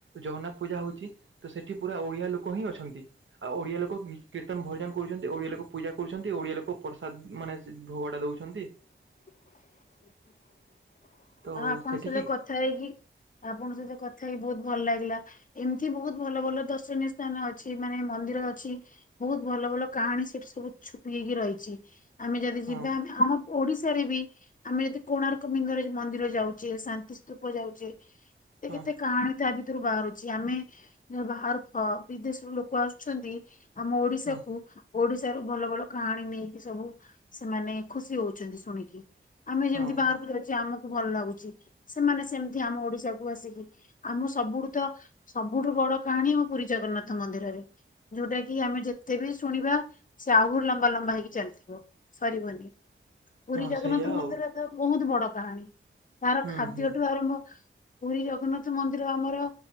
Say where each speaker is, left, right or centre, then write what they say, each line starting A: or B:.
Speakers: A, on the right; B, on the left.
A: ଜଗନ୍ନାଥ ପୂଜା ହଉଛି। ତ ସେଠି ପୁରା ଓଡିଆ ଲୋକ ହିଁ ଅଛନ୍ତି। ଆଉ ଓଡିଆ ଲୋକ କୀର୍ତ୍ତନ୍ ଭଜନ୍ କରୁଛନ୍ତି। ଓଡିଆ ଲୋକ ପୂଜା କରୁଛନ୍ତି। ଓଡିଆ ଲୋକ ପ୍ରସାଦ ମାନେ ଭୋଗଟା ଦଉଛନ୍ତି।
B: <unintelligible>
A: ତ
B: ଆଉ ଆପଣଙ୍କ
A: ସେଠିକି
B: ସହିତ କଥା ହେଇକି ଆପଣଙ୍କ ସହିତ କଥା ହେଇକି ବହୁତ ଭଲ ଲାଗିଲା। ଏମିତି ବହୁତ ଭଲ ଭଲ ଦର୍ଶନୀୟ ସ୍ଥାନ ଅଛି। ମାନେ ମନ୍ଦିର ଅଛି। ବହୁତ ଭଲ ଭଲ କାହାଣୀ ସେଠି ସବୁ ଛୁପି ହେଇକି ରହିଛି। ଆମେ ଯଦି
A: ହଁ
B: ଯିବା ଆମେ ଆମ ଓଡିଶାରେ ବି ଆମେ ଯଦି କୋଣାର୍କ ବିନ୍ଦର ମନ୍ଦିର ଯୋଉ ଯାଉଛେ ଶାନ୍ତି ସ୍ତୂପ ଯାଉଛେ। କେତେ
A: ହଁ
B: କେତେ କାହାଣୀ ତା ଭିତରୁ ବାହାରୁଛି। ଆମେ ଯୋଉ ବାହାରୁଥିବ ବିଦେଶରୁ ଲୋକ ଆସୁଛନ୍ତି। ଆମ ଓଡିଶାକୁ
A: ହଁ
B: ଓଡିଶାରୁ ଭଲ ଭଲ କାହାଣୀ ନେଇକି ସବୁ ସେମାନେ ଖୁସି ହଉଛନ୍ତି ଶୁଣିକି। ଆମେ ଯେମିତି
A: ହଁ
B: ବାହାରକୁ
A: ହଁ
B: ଯାଉଛେ ଆମକୁ ଭଲ ଲାଗୁଛି। ସେମାନେ ସେମିତି ଆମ ଓଡିଶାକୁ ଆସିକି ଆମ ସବୁଠୁ ତ ସବୁଠୁ ବଡ କାହାଣୀ ଆମ ପୁରୀ ଜଗନ୍ନାଥ ମନ୍ଦିରରେ। ଯୋଉଟା କି ଆମେ ଯେତେ ବି ଶୁଣିବା ସେ ଆହୁରି ଲମ୍ବା ଲମ୍ବା ହେଇକି ଚାଲିଥିବ। ସରିବନି ପୁରୀ
A: ହଁ
B: ଜଗନ୍ନାଥ
A: ସେଇଆ ଆଉ
B: ମନ୍ଦିରର ତ ବୋହୁତ ବଡ କାହାଣୀ। ତାର
A: ହୁଁ
B: ଖାଦ୍ୟଠୁ
A: ହୁଁ
B: ଆରମ୍ଭ ପୁରୀ ଜଗନ୍ନାଥ ମନ୍ଦିର ଆମର